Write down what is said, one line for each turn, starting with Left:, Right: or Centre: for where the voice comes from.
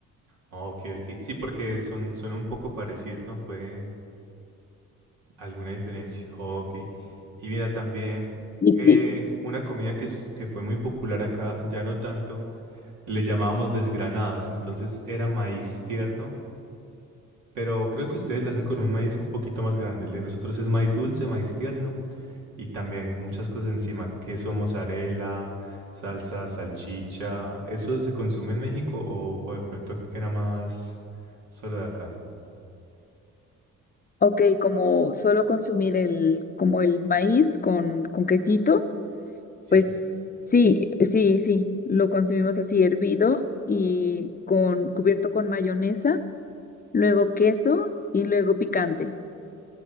Right: Ok, ok. Sí, porque son, son un poco parecidos, ¿no? Pueden, alguna diferencia. Ok. Y mira, también
Left: Y
Right: eh,
Left: sí,
Right: una comida que, es- que fue muy popular acá, ya no tanto, le llamábamos desgranados, entonces era maíz tierno, pero creo que ustedes lo hacen con un maíz un poquito más grande. El de nosotros es maíz dulce, maíz tierno y también muchas cosas encima, queso, mozzarella, salsa, salchicha. ¿Eso se consume en México o, o de pronto era más solo de acá?
Left: ok, como solo consumir el, como el maíz con, con quesito.
Right: Sí.
Left: Pues sí, sí, sí, lo consumimos así hervido y con cubierto con mayonesa, luego queso y luego picante,